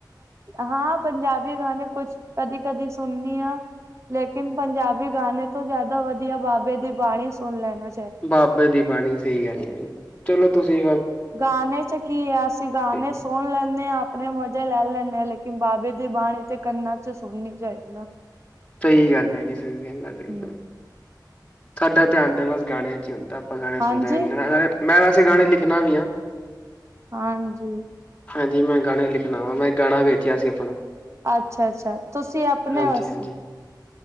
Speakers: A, on the right; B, on the left.
A: ਹਾਂ ਪੰਜਾਬੀ ਗਾਨੇ ਕੁਛ ਕਦੀ-ਕਦੀ ਸੁਨਨੀ ਆ ਲੇਕਿਨ ਪੰਜਾਬੀ ਗਾਨੇ ਤੋਂ ਜਿਆਦਾ ਵਧੀਆ ਬਾਬੇ ਦੀ ਬਾਣੀ ਸੁਨ ਲੈਨਾ
B: ਬਾਬੇ ਦੀ ਬਾਣੀ, ਸਈ ਗੱਲ ਐ ਜੀ। ਚਲੋ ਤੁਸੀ
A: ਗਾਨੇ 'ਚ ਕੀ ਐ ਅਸੀ ਗਾਨੇ
B: ਆ
A: ਸੁਣ ਲੈਂਨੇ ਆ ਆਪਨੇ ਮਜ਼ੇ ਲੈਲ ਲੈਂਨੇ ਆ। ਲੇਕਿਨ ਬਾਬੇ ਦੀ ਬਾਣੀ ਤੇ ਕੰਨਾਂ 'ਚ ਸੁਣਨੀ ਚਾਈਦੀ ਨਾ।
B: ਸਈ ਗੱਲ ਐ ਜੀ, ਸਈ ਗੱਲ ਐ। ਚਲੋ
A: ਹੂੰ।
B: ਫੇਰ। ਸਾਡਾ ਧਿਆਨ ਤੇ ਬਸ ਗਾਣਿਆਂ 'ਚ ਈ ਹੁੰਦਾ। ਆਪਾਂ ਗਾਣੇ ਸੁਨਦੇ
A: ਹਾਂਜੀ
B: <unintelligible> ਨਾਲੇ ਮੈਂ ਵੈਸੇ ਗਾਣੇ ਲਿਖਨਾ ਵੀ ਆਂ।
A: ਹਾਂਜੀ।
B: ਹਾਂਜੀ ਮੈਂ ਗਾਣੇ ਲਿਖਨਾ ਵਾਂ। ਮੈਂ ਗਾਣਾ ਵੇਚਿਆ ਸੀ ਆਪਣਾ।
A: ਅੱਛਾ-ਅੱਛਾ ਤੁਸੀ ਆਪਨੇ
B: ਹਾਂਜੀ
A: ਆਸੇ।
B: ਹਾਂਜੀ